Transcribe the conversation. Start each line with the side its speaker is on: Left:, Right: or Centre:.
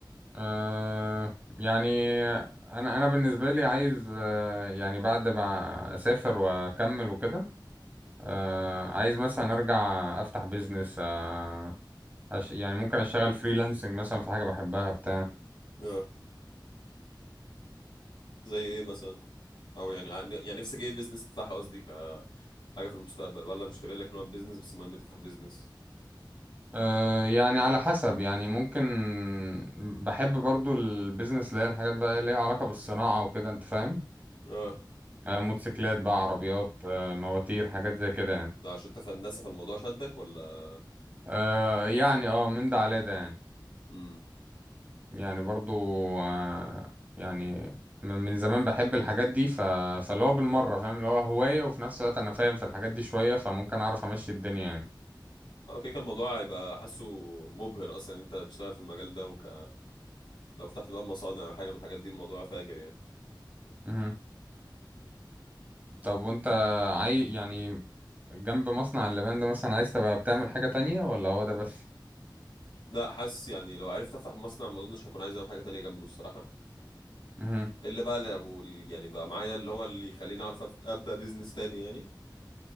Right: أه يعني انا انا بالنسبة لي عايز أه، يعني بعد ما اسافر واكمل وكده أه، عايز مثلا ارجع افتح بيزنس أه، أش... يعني ممكن اشتغل فريلانسنج مثلا في حاجة بحبها بتاع
Left: اه زي ايه مثلا؟ او يعني يعني يعني نفسك ايه البيزنس تفتحه قصدي ك حاجه في المستقبل ولا مش فارق لك نوع البيزنس بس المهم تفتح بيزنس
Right: أه يعني على حسب يعني ممكن بحب برضو البيزنس اللي هي الحاجات بقى اللي ليها علاقة بالصناعة وكده انت فاهم
Left: اه
Right: أه موتوسيكلات بقى عربيات أه مواتير حاجات زي كده يعني
Left: ده عشان انت في هندسه فالموضوع شدك ولا
Right: أه يعني اه من ده على ده يعني
Left: امم
Right: يعني برضو أه يعني من من زمان بحب الحاجات دي ف... فاللي هو بالمرة فاهم اللي هو هواية وفي نفس الوقت انا فاهم في الحاجات دي شوية فممكن اعرف امشي الدنيا يعني
Left: اه كده كان الموضوع هيبقى حاسه مبهر اصلا ان انت تشتغل في المجال ده وك لو فتحت بقى مصانع او حاجه من الحاجات دي الموضوع فاجر يعني
Right: مهم. طب وانت عاي يعني جنب مصنع اللبان ده مثلا عايز تبقى بتعمل حاجة تانية ولا هو ده بس
Left: لا حاسس يعني لو عرفت افتح مصنع ما اظنش هكون عايز اعمل حاجه تانية جنبه الصراحه
Right: مهم.
Left: الا بقى لو ال- يعني بقى معايا اللي هو اللي يخليني اعرف أف- ابدا بيزنس تاني يعني